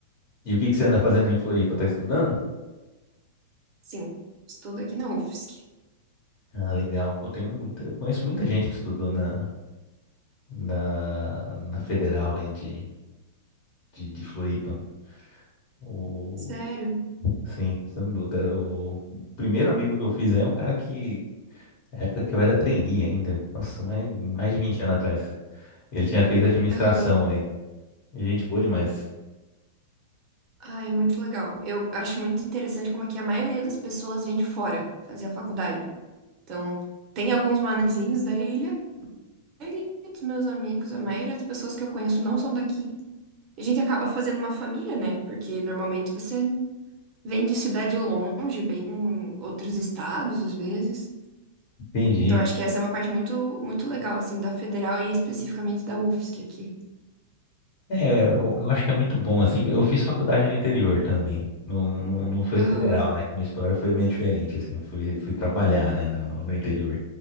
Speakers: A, on the left; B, on the right.
A: e o que que você anda fazendo em Floripa? Tá estudando?
B: Sim, estudo aqui na UFSC.
A: Ah, legal. Pô, tem um, eu conheço muita gente que estudou na, na, na Federal aí de, de, de Floripa. O,
B: Sério?
A: sim, sem dúvida. O primeiro amigo que eu fiz aí é um cara que, na época que eu era trainee ainda, nossa, mais, mais de 20 anos atrás. Ele tinha feito administração
B: Aham.
A: aí. Gente boa demais.
B: Ah, é muito legal. Eu acho muito interessante como é que a maioria das pessoas vem de fora fazer a faculdade. Então, tem alguns manezinhos da ilha. A maioria dos meus amigos, a maioria das pessoas que eu conheço não são daqui. A gente acaba fazendo uma família, né? Porque normalmente você vem de cidade longe, bem em outros estados, às vezes.
A: Entendi.
B: Então, acho que essa é uma parte muito, muito legal, assim, da federal e especificamente da UFSC aqui.
A: É, eu, eu acho que é muito bom, assim, que eu fiz faculdade no interior também. Não, não, não foi
B: Aham,
A: federal, né? Que minha história foi meio diferente, assim, eu fui, fui trabalhar, né, no, no interior.